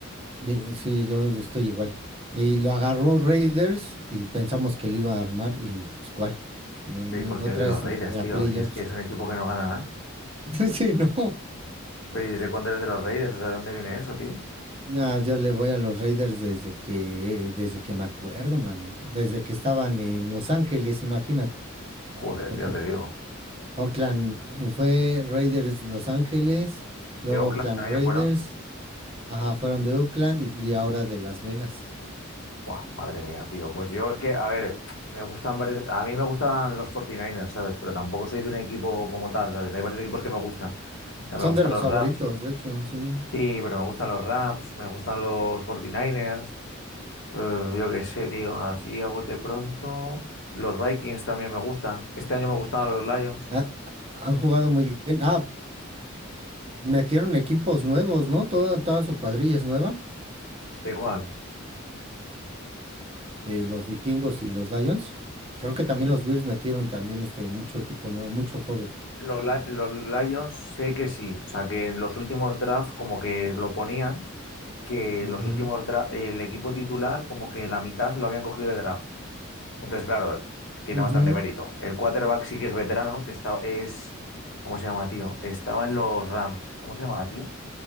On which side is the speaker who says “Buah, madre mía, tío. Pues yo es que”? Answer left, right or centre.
Left